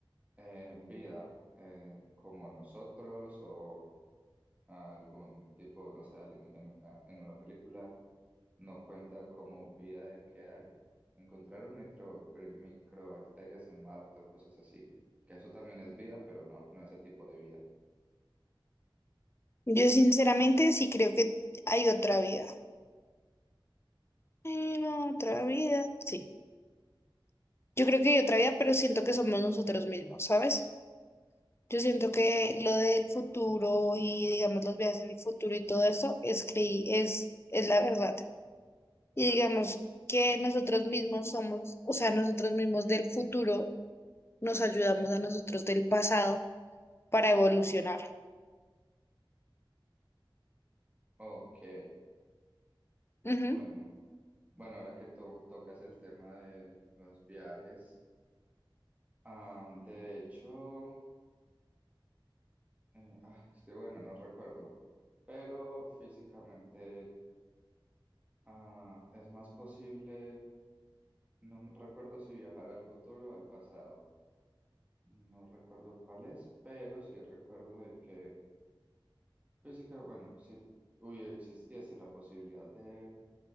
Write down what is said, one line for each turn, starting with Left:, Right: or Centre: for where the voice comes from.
Right: eh, vida eh, como nosotros o a algún tipo, no sé, alienígena a- en una película, no cuenta como vida de que hay. Encontraron micro, bri- microbacterias en Marte o cosas así, que eso también es vida, pero no, no ese tipo de vida.
Left: Yo sinceramente sí creo que hay otra vida. Hay otra vida. Sí. Yo creo que hay otra vida, pero siento que somos nosotros mismos, ¿sabes? Yo siento que lo del futuro y, digamos, los viajes en el futuro y todo eso es creí, es, es la verdad. Y digamos que nosotros mismos somos, o sea, nosotros mismos del futuro nos ayudamos a nosotros del pasado para evolucionar.
Right: Ok,
Left: Ujú.
Right: bueno. Bueno, ahora que to- tocas el tema de los viajes, am, de hecho, eh, ah, es que bueno, no recuerdo, pero físicamente ah, es más posible. No me recuerdo si viajar al futuro o al pasado. No recuerdo cuál es, pero sí recuerdo de que física, bueno, si hubiera existiese la posibilidad de